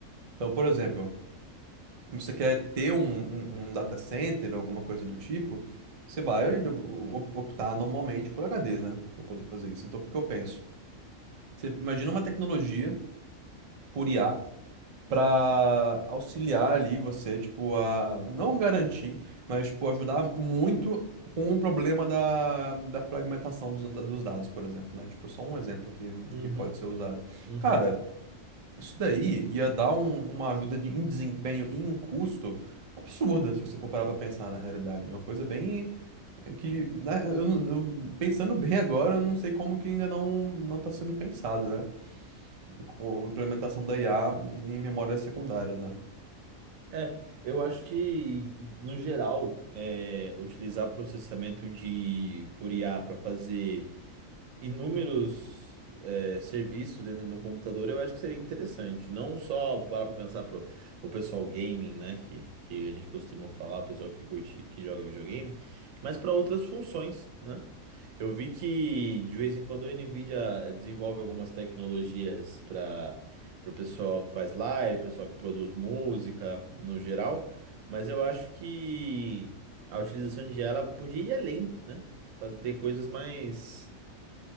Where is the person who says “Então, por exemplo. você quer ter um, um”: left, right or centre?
Right